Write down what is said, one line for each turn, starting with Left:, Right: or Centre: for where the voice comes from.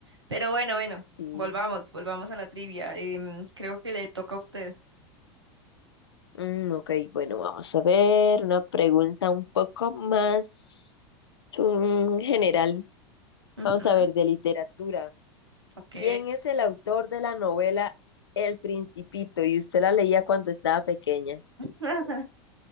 Right: Pero bueno, bueno,
Left: Sí.
Right: volvamos, volvamos a la trivia. Em, creo que le toca a usted.
Left: Mm, ok, bueno, vamos a ver una pregunta un poco más mm, general.
Right: Ujú,
Left: Vamos a ver, de literatura.
Right: ok.
Left: ¿Quién es el autor de la novela El Principito? Y usted la leía cuando estaba pequeña.
Right: <laughs>